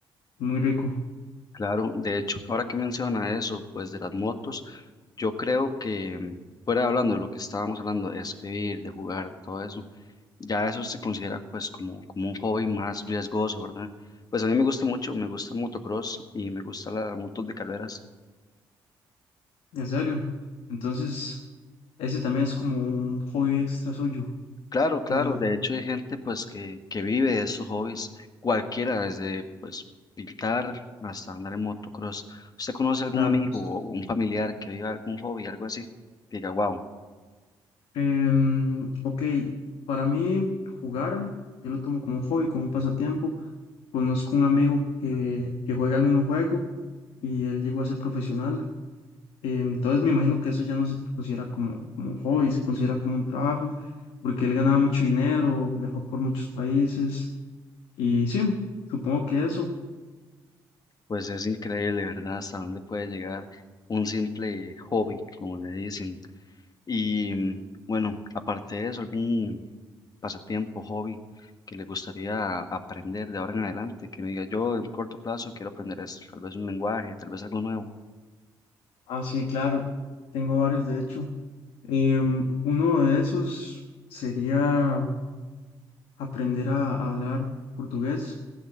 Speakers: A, on the left; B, on the left.
A: Muy rico,
B: Claro, de hecho, ahora que menciona eso, pues de las motos. Yo creo que mm, fuera hablando de lo que estábamos hablando, de escribir, de jugar, de todo eso, ya eso se considera pues como, como un hobby más riesgoso, ¿verdad? Pues a mí me gusta mucho, me gusta el motocross y me gusta las motos de carreras.
A: en serio. Entonces, Ese también es como un hobby extra suyo.
B: Claro, claro,
A: eh,
B: de hecho hay gente pues que, que vive de esos hobbies, cualquiera, desde pues pintar hasta andar en motocross. ¿Usted conoce algún
A: claro.
B: amigo o un familiar que viva algún hobby, algo así? Que diga, wow.
A: Em, ok, para mí jugar, yo lo tomo como un hobby, como un pasatiempo. Conozco un amigo que, que juega el mismo juego y él llegó a ser profesional. Eh, entonces me imagino que eso ya no se considera como, como un hobby, se considera como un trabajo, porque él ganaba mucho dinero, viajó por muchos países y sí, supongo que eso.
B: Pues es increíble, ¿verdad? Hasta dónde puede llegar un simple hobby, como le dicen. Y mm, bueno, aparte de eso, algún pasatiempo, hobby que le gustaría aprender de ahora en adelante, que me diga yo en corto plazo quiero aprender esto, tal vez un lenguaje, tal vez algo nuevo.
A: Ah, sí, claro, tengo varios de hecho. Em, uno de esos sería aprender a, a hablar portugués.